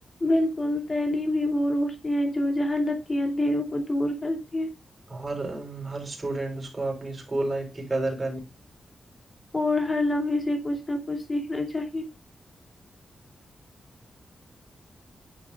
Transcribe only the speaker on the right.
ہر ہر اسٹوڈنٹ اس کو اپنی اسکول لائف کی قدر کرنی